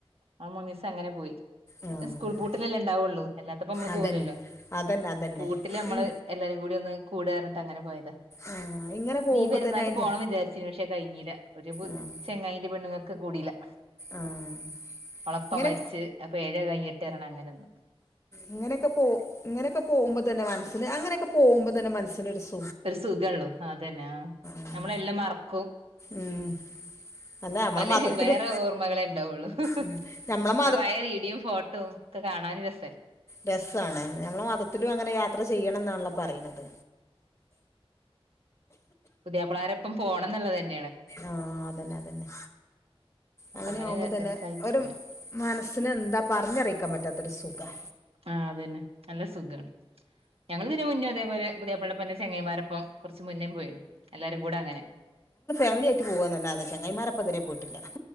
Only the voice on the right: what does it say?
ആ അങ്ങനെ പോയി
പിന്നെ
സ്കൂൾ പൂട്ടി ഉണ്ടാവുള്ളൂ അല്ലാത്തപ്പോ നമ്മള്
പോകുലല്ലോ
പൂട്ടില് നമ്മള്
എല്ലാരും കൂടി ഒന്ന് അങ്ങനെ പോയത്
നീ പെരുന്നാൾക്ക്
പോകണം വിചാരിച്ചു പക്ഷെ കഴിഞ്ഞില്ല ഒരു
ചങ്ങായിൻന്റെ പെണ്ണുങ്ങക്കെ കൂടയില്ലാ
ഓൾ ഇപ്പം
മരിച്ച് അപ്പൊ എഴ് കഴിയട്ടെ തരണം അങ്ങനെന്നും
ഒരു സുഖള്ളൂ അതന്നെ ആ
നമ്മള്ള് എല്ലാം മറക്കും
പല
വേറെ ഓർമ്മകളെ ഉണ്ടാവുള്ളു പിന്നെ
പഴയ വീഡിയോയ്യും ഫോട്ടോയും ഒക്കെ കാണൻ രസം
പുതിയപ്പള്ളകാര എപ്പം പോകണം എന്നുള്ളത്തന്നെ
അപ്പൊ
രസായിട്ട്
പോയി
ആ അത്‌ തന്നെ നല്ല സുഖമാണ് ഞങ്ങൾ പിന്നെ മുന്ന് അതേപോലെ പുതിയപ്പള്ളപ്പന്നെ ചെങ്ങയാ മാരോപ്പം കുറച്ച് മുന്നേയും പോയിണ് എല്ലാരും കൂടെ അങ്ങനെ